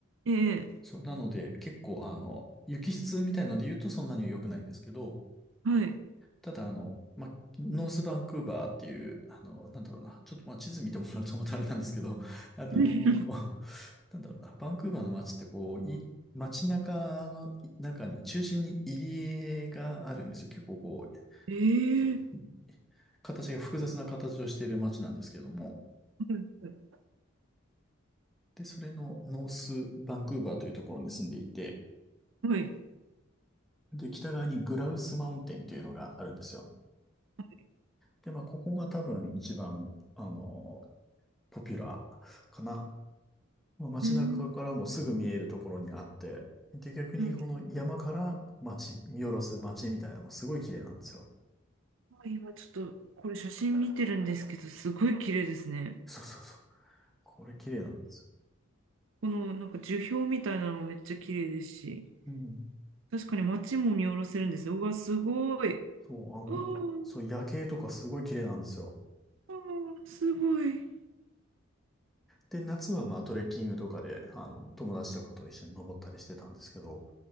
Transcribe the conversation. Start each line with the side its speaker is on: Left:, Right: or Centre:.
Right: ええ、
Centre: そう、なので、結構、あの、雪質みたいので言うとそんなには良くないんですけど、
Right: はい。
Centre: ただ、あの、ま、ノースバンクーバーっていう、あの、なんだろうな、ちょっとまあ地図見てもらうとまたあれなんですけど、あの、
Right: <laughs>
Centre: なんだろうな、バンクーバーの街ってこう、い、街中の中に、中心に入り江があるんですよ。結構こう、
Right: え
Centre: そう、
Right: え、
Centre: 形が複雑な形をしている街なんですけども、
Right: はい。
Centre: で、それのノースバンクーバーというところに住んでいて、
Right: はい。
Centre: で、北側にグラウスマウンテンっていうのがあるんですよ。
Right: はい
Centre: で、まあ、ここが多分一番、あの、ポピュラーかな。まあ、街中からもすぐ見えるところにあって、
Right: うん。
Centre: で、逆にこの山から街、
Right: うん。
Centre: 見下ろす街みたいなのもすごい綺麗なんですよ。
Right: 今ちょっとこれ写真見てるんですけど、すごい綺麗ですね。
Centre: そうそうそう。これ綺麗なんですよ。
Right: このなんか樹氷みたいなのもめっちゃ綺麗ですし、
Centre: うん。
Right: 確かに街も見下ろせるんですよ。うわ、すごい。
Centre: そう、あの、
Right: あー
Centre: そう、夜景とかすごい綺麗なんですよ。
Right: あー、すごい。
Centre: で、夏はまあトレッキングとかで、あの、友達とかと一緒に登ったりしてたんですけど、